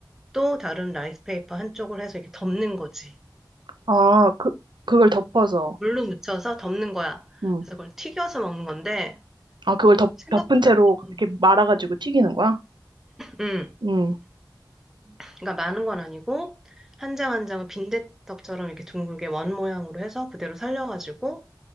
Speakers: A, in the centre; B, on the right.
A: 또 다른 라이스페이퍼 한쪽을 해서 이렇게 덮는 거지.
B: 아, 그, 그걸 덮어서.
A: 물로 묻혀서 덮는 거야.
B: 음,
A: 그래서 그걸 튀겨서 먹는 건데
B: 아, 그걸 덮,
A: 생각보다
B: 덮은 채로
A: 음,
B: 이렇게 말아가지고 튀기는 거야?
A: 음.
B: 음,
A: 그러니까 많은 건 아니고 한 장 한 장을 빈대떡처럼 이렇게 둥글게 원 모양으로 해서 그대로 살려가지고